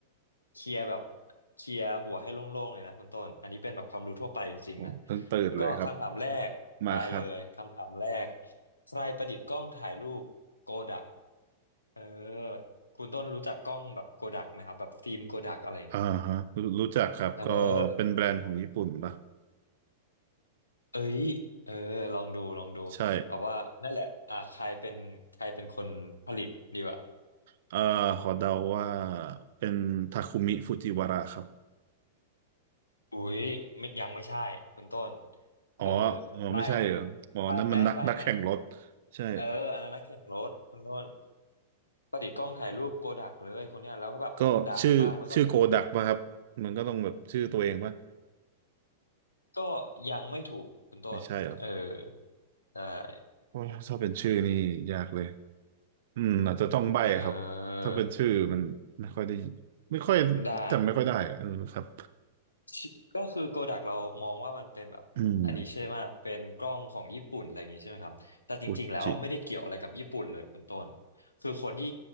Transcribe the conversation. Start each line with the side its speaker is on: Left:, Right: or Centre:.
Left: เคลียร์แบบเคลียร์หัวให้โล่งๆเลยนะคุณต้นอันนี้เป็นแบบความรู้ทั่วไปจริงๆนะ
Right: ผมเพิ่งตื่นเลยครับ
Left: แล้วก็คำถามแรกได้เลยคำถามแรก
Right: มาครับ
Left: ใครประดิษฐ์กล้องถ่ายรูปโกดักเออคุณต้นรู้จักกล้องแบบโกดักไหมครับแบบฟิล์มโกดักอะไรเงี้ย
Right: อ่าฮะรู้รู้จักครับก็เป็นแบรนด์ของญี่ปุ่นปะ
Left: เออเอ้ยเออลองดูลองดูแบบว่านั่นแหละอ่าใครเป็นใครเป็นคนผลิตดีกว่า
Right: ใช่เอ่อขอเดาว่าเป็นทาคุมิฟูจิวาระครับ
Left: อุ๊ยไม่ยังไม่ใช่คุณต้น
Right: อ๋ออ๋อไม่ใช่เหรออ๋อนั่นมันนักนักแข่งรถ
Left: เออใบใบไหมใบไหม
Right: ใช่
Left: เอออันนั้นนักแข่งรถคุณต้นประดิษฐ์กล้องถ่ายรูปโกดักเลยคนเนี้ยแล้วก็แบบดังมากแล้วก็
Right: <laughs> ก็ชื่อชื่อโกดักป่ะครับมันก็ต้องแบบชื่อตัวเองป่ะ
Left: ก็ยังไม่ถูกคุณต้นเออ
Right: ไม่ใช่เหรอ
Left: ได้
Right: โอ้ยถ้าเป็นชื่อนี่ยากเลย อืมอาจจะต้องใบ้ครับถ้าเป็นชื่อมันไม่ค่อยได้
Left: เออ
Right: ไม่ค่อย
Left: ได้
Right: จำไม่ค่อยได้อะเออครับ
Left: ชิก็คือโกดักเรามองว่ามันเป็นแบบอันนี้ใช่ไหมเป็นกล้องของญี่ปุ่นอะไรอย่างงี้ใช่ไหมครับแต่จริงๆแล้วไม่ได้เกี่ยวอะไรกับญี่ปุ่นเลยคุณต้น
Right: อืมอุจิ
Left: คือคนที่